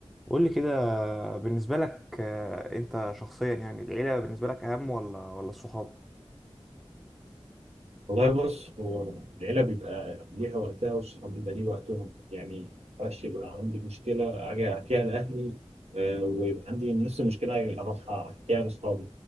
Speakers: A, in the centre; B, on the right (about 75°).
A: قول لي كده بالنسبة لك آه، انت شخصيا يعني العيلة بالنسبة لك اهم ولا ولا الصحاب؟
B: والله بص هو العيلة بيبقى ليها وقتها والصحاب بيبقى ليه وقتهم يعني معرفش يبقى عندي مشكلة أجي أحكيها لأهلي آه، ويبقى عندي نفس المشكلة أجي أروح أحكيها لأصحابي